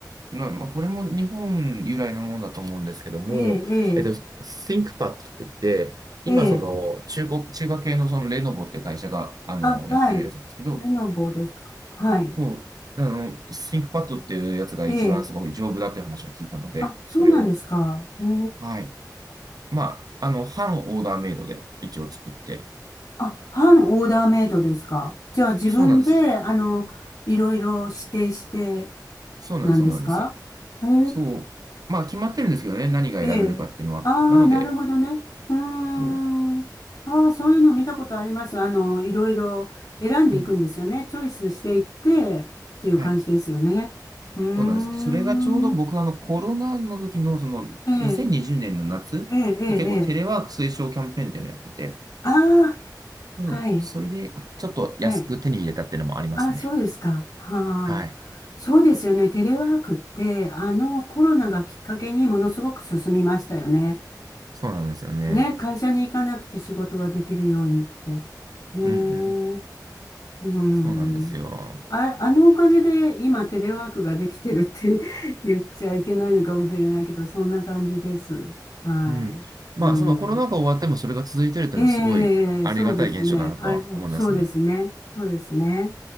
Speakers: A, on the right; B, on the left.
A: まあ、まあこれも日本由来のものだと思うんですけども、
B: ええ、
A: えっと、
B: え
A: ThinkPad って言って、今その中国、
B: え、ええ。
A: 中華系のそのレノボって会社が、あの、
B: あ、はい。
A: やってるやつなんですけど、
B: レノボですか。はい。
A: もう、あの、ThinkPad っていうやつが一番すごい丈夫だっていう話を聞いたので、
B: ええ。あ、そうなんですか。
A: それを、
B: ええ。
A: はい。まあ、あの、半オーダーメイドで一応作って、
B: あ、半オーダーメイドですか。じゃあ自分で、
A: そうなんですよ。
B: あの、いろいろ指定して
A: そうなんです、
B: なんですかええ。
A: そうなんです。そう。まあ、決まってるんですけどね、何が選べるかっていうのは。
B: ええ。ああ、
A: なので、
B: なるほどね。うーん。
A: そう。
B: ああ、そういうの見たことあります。あの、いろいろ選んでいくんですよね。
A: うん
B: チョイスしていってっていう感じですよね。
A: はい。
B: うーん。
A: そうなんです。それがちょうど僕はあのコロナの時のその2020年の夏に結構テレワーク推奨キャンペーンっていうのをやってて、
B: ええ。ええ、ええ、ええ。ああ、
A: そうそれでちょっと安く手に入れたっていうのもありますね。
B: はい、はい。あ、そうですか。はあ、
A: はい。
B: そうですよね。テレワークって、あのコロナがきっかけにものすごく進みましたよね。
A: そうなんですよね。
B: ね、会社に行かなくて仕事ができるようにって。ねえ、
A: うんうん。
B: うん。
A: そうなんですよ。
B: あ、あのおかげで今テレワークができてるって <laughs> 言っちゃいけないのかもしれないけど、そんな感じです。はい。
A: うん。まあそのコロナ禍終わってもそれが続いてるっていうのはすごいありがたい現象だなとは思いますね。
B: うん。ええ、そうですね。あ、そうですね。そうですね。